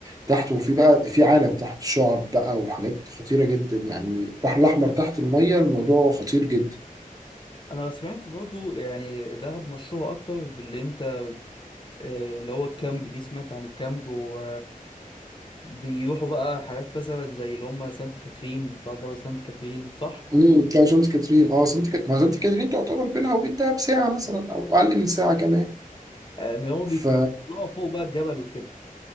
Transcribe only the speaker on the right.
تحت وفي بقى في عالم تحت شعب بقى وحاجات خطيره جدا يعني البحر الاحمر تحت الميه الموضوع خطير جدا
امم لا سانت كاترين اه سانت كاترين ما سانت كاترين تعتبر بينها وبين دهب ساعه مثلا او اقل من ساعه كمان
ف